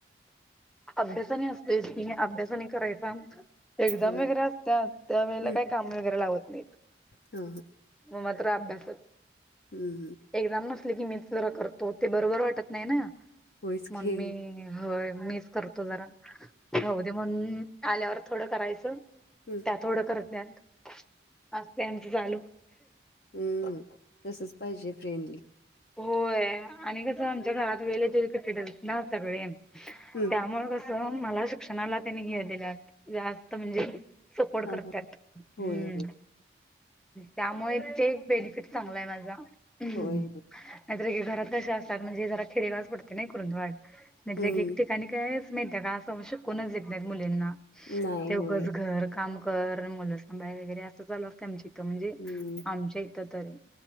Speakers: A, in the centre; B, on the left (about 55°).
A: अभ्यासाने असते की अभ्यासाने करायचा एक्झाम
B: होय
A: वगैरे असत त्या वेळेला
B: हम्म
A: काही काम वगैरे लावत नाहीत
B: हा
A: मग मात्र अभ्यासात
B: हम् हम्
A: एक्झाम नसली की मीच जरा करतो ते बरोबर वाटत नाही ना
B: वच
A: म्हणून
B: खेळ
A: मी होय मीच करतो जरा भाह दे म्हणून आल्यावर थोडं करायचं
B: हम्
A: त्या थोडं करत जञात आजते आचं चालू
B: हम्म. तसंच पाहिजे फ्रेंडली.
A: होय आणि कसं आमच्या घरात वेळे जरी कटेट ना सगळे
B: हम्
A: त्यामुळे कसं मला शिक्षणाला त्यांनी घे दि जास्त म्हणजे सपोर्ट
B: हां,
A: करतात
B: हां.
A: हम्म
B: होय, होय.
A: त्यामुळे ते एक बेनिफिट चांगलाय माझा हम्म
B: हो हो
A: नाहीतर घरात कसेा असतात म्हणजे जरा खेडेगाज पडते नाही करून वाढ नाहीतरे
B: हं.
A: एक ठिकाणी काय मा का मुलींना
B: नाही
A: तेंच
B: होय.
A: घर काम घर मुलंसांबायर वगैरे असं चाल च्या इथं म्हणजे
B: हं.
A: आमच्या इथं तरी